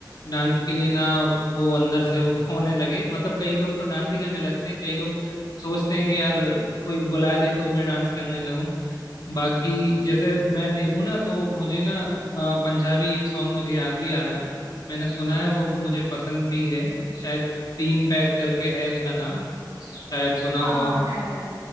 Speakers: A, on the left (about 60°); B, on the right (about 85°).
A: डांस के लिए ना वो अंदर से वो <laughs> होने लगे मतलब कई लोग तो डांस ही करने लगते हैं कई लोग सोचते हैं कि यार कोई बुला ले तो मैं डांस करने लगूं बाकी जैसे मैं देखूं ना तो मुझे ना अ, पंजाबी एक सॉन्ग मुझे याद भी आ रहा है मैंने सुना है वो मुझे पसंद भी है शायद तीन पैक करके है उसका नाम शायद सुना
B: हाँ
A: हो आप
B: हाँ है है